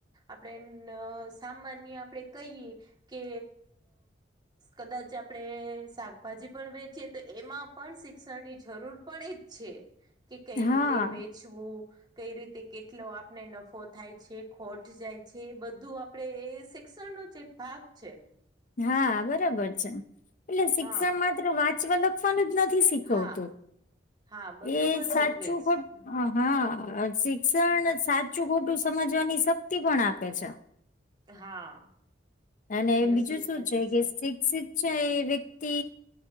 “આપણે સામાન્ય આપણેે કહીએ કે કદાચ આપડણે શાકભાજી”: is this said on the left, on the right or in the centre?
Right